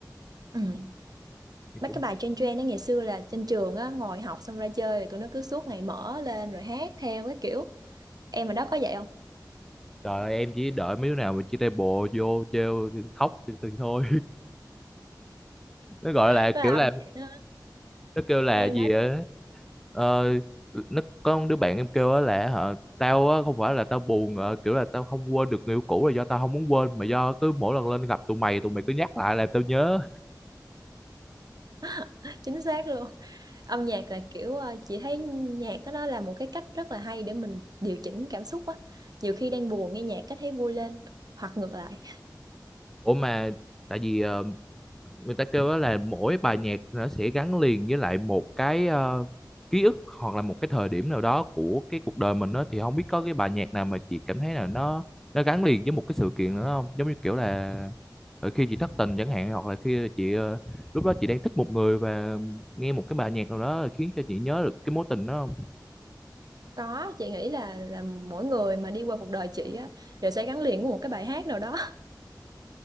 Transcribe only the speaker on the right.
ừ.
mấy cái bài trên trend đó ngày xưa là trên trường á ngồi học xong ra chơi rồi tụi nó cứ suốt ngày mở lên rồi hát theo cái kiểu em ở đó có vậy không
<laughs>
là
âm
nhạc đó.
em
nói
đi
<laughs> chính xác luôn âm nhạc là kiểu ờ, chị thấy nhạc đó nó là một cái cách rất là hay để mình điều chỉnh cảm xúc á nhiều khi đang buồn nghe nhạc cái thấy vui lên hoặc ngược lại
Có, chị nghĩ là là mỗi người mà đi qua cuộc đời chị á đều sẽ gắn liền với một cái bài hát nào đó.